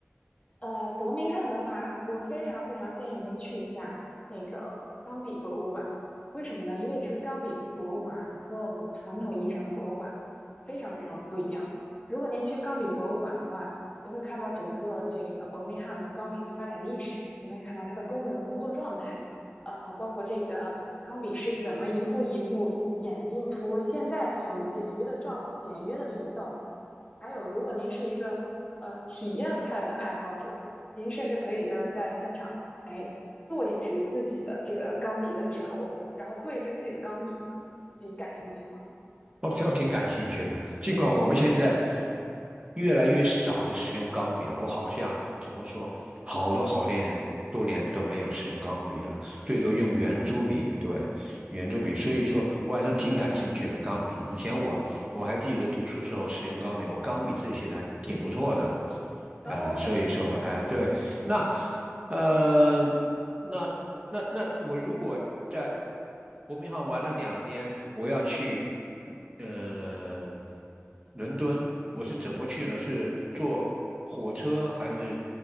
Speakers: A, on the left (about 30°); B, on the right (about 25°).
A: 呃，伯明翰的话，我非常非常建议您去一下那个钢笔博物馆。为什么呢？因为这个钢笔博物馆和我们传统意义上的博物馆非常非常不一样。如果您去钢笔博物馆的话，你会看到整个这个伯明翰的钢笔的发展历史，你会看到它的工人的工作状态，呃，包括这个钢笔是怎么一步一步演进出现在这种简约的状简约的这种造型。还有，如果您是一个呃体验派的爱好者，您甚至可以就是在现场，哎，做一支自己的这个钢笔的笔头，然后做一支自己的钢笔，你感兴趣吗？
B: 我挺我挺感兴趣的。尽管我们现在越来越少的使用钢笔了，我好像怎么说，好多好多年多年都没有使用钢笔了，最多用圆珠笔。对，圆珠笔，所以说我还是挺感兴趣的钢笔。以前我我还记得读书时候使用钢笔，我钢笔字写的还挺不错的。哎、
A: 哦，
B: 所以说，哎、对，那呃，那那那我如果在伯明翰玩了两天，
A: 嗯
B: 我要去呃伦敦，我是怎么去呢？是坐火车还是